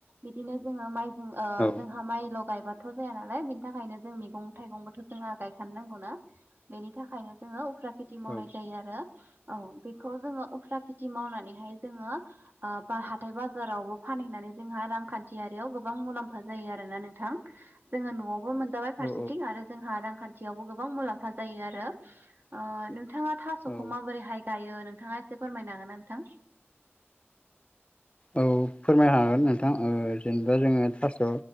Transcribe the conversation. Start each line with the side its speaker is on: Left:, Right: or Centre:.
Right: बिदिनो जोङो माइ जों
Left: औ
Right: जोंहा माइ लगायबाथ' जाया नालाय बेनि थाखायनो मैगं थाइगंबोथ' जों गायखा नांगौना बेनि थाखायनो जों उफ्रा खेथि मावनाय
Left: औ
Right: जायो आरो। औ बेखौ जोङो उफ्रा खेथि मावनानैहाय जोङो ओ बा हाथाय बाजारावबो फान नानै जों रांखान्थि गोबां मुलाम्फा जायो आरोना नोंथां जोङो न'वावबो मोनाजाबाय।
Left: औ
Right: फारसेथिं आरो जोंहा रांखान्थियावबो गोबां मुलाम्फा जायो आरो ओ नोंथाङा थास'खौ
Left: औ
Right: माबोरैहाय गायो नोंथाङा एसे फोरमायनाांगोना नोंथां?
Left: औ फोरमाय हागोन
Right: औ
Left: नोंथां औ जेनेबा
Right: औ
Left: जोङो था स'